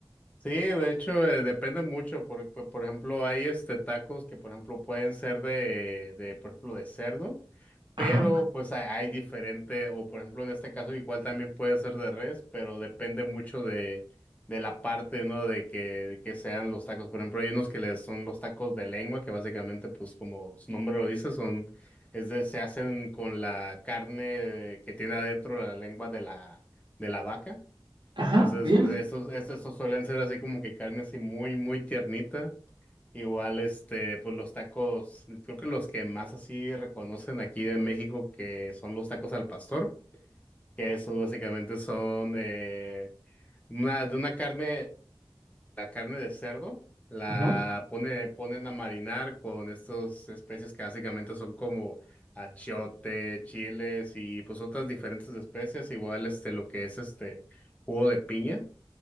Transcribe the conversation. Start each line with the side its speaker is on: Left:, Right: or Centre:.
Left: Sí, de hecho, eh, depende mucho. Por, por, por ejemplo, hay este tacos que, por ejemplo, pueden ser de, de, por ejemplo, de cerdo.
Right: Ajá,
Left: Pero pues hay, hay diferente, o por ejemplo en este caso igual también puede ser de res, pero depende mucho de, de la parte, ¿no? De que, que sean los tacos. Por ejemplo, hay unos que les son los tacos de lengua, que básicamente pues como su nombre lo dice, son, es de, se hacen con la carne que tiene adentro la lengua de la, de la vaca.
Right: ajá,
Left: Entonces,
Right: bien.
Left: pues estos, estos, estos suelen ser así como que carne así muy, muy tiernita. Igual, este, pues los tacos, creo que los que más así reconocen aquí de México que son los tacos al pastor, que esos básicamente son eh, una, de una carne, la carne de cerdo, la
Right: Ajá,
Left: pone, ponen a marinar con estas especies que básicamente son como achiote, chiles y pues otras diferentes especies, igual este, lo que es este jugo de piña.